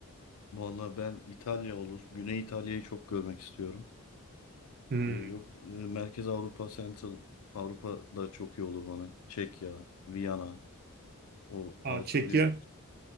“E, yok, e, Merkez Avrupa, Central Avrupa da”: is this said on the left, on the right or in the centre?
Left